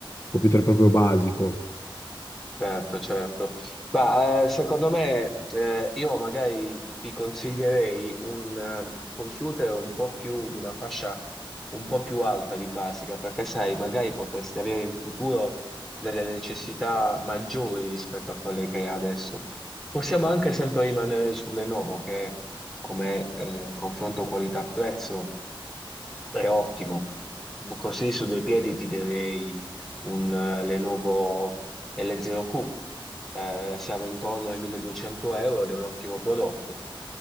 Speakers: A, on the left; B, in the centre.
A: computer proprio basico.
B: Certo, certo. Ma eh, secondo me eh, io magari ti consiglierei un eh, computer un po' più di una fascia un po' più alta di basica, perché sai, magari potresti avere in futuro delle necessità maggiori rispetto a quelle che hai adesso. Possiamo anche sempre rimanere su Lenovo, che come eh, confronto qualità-prezzo è ottimo. Così su due piedi ti direi un eh, Lenovo. L0Q, eh, siamo intorno ai 1200 euro ed è un ottimo prodotto.